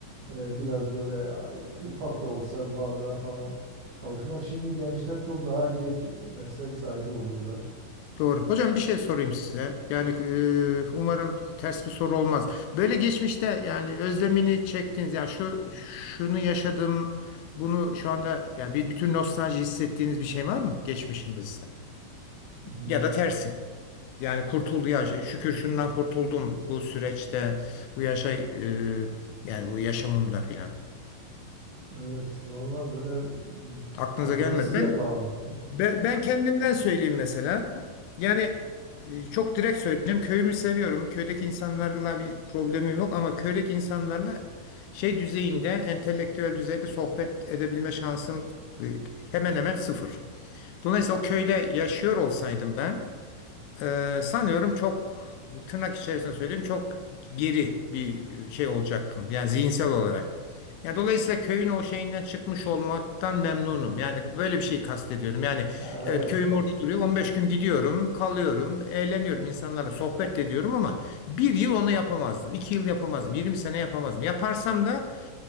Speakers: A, on the right; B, on the left.
A: e, biraz böyle ay, ufak da olsa varlığa falan kavuşma. Şimdi gençler çok daha geç meslek sahibi oluyorlar.
B: Doğru. Hocam bir şey sorayım size. Yani e, umarım ters bir soru olmaz. Böyle geçmişte yani özlemini çektiğiniz ya şu şunu yaşadım bunu şu anda yani bir bütün nostalji hissettiğiniz bir şey var mı geçmişinizde?
A: Hmm,
B: Ya da tersi. Yani kurtuldu ya şey, şükür şundan kurtuldum bu süreçte bu yaşa e, yani bu yaşamımda filan.
A: Evet, vallahi böyle
B: Aklınıza
A: e, hazırlıksız
B: gelmedi. Ben
A: yakalandım.
B: Ben, ben kendimden söyleyeyim mesela. Yani e, çok direkt söyleyeceğim. Köyümü seviyorum. Köydeki insanlarla bir problemim yok ama köydeki insanlarla şey düzeyinde, entelektüel düzeyde sohbet edebilme şansım e, hemen hemen sıfır. Dolayısıyla o köyde yaşıyor olsaydım ben ee, sanıyorum çok tırnak içerisinde söyleyeyim çok geri bir şey olacaktım. Yani zihinsel olarak. Yani dolayısıyla köyün o şeyinden çıkmış olmaktan memnunum. Yani böyle bir şey kastediyorum. Yani
A: Ha,
B: evet
A: Evet,
B: köyüm
A: evet.
B: orada duruyor. 15 gün gidiyorum, kalıyorum, eğleniyorum, insanlarla sohbet ediyorum ama bir yıl onu yapamazdım. iki yıl yapamazdım. 20 sene yapamazdım. Yaparsam da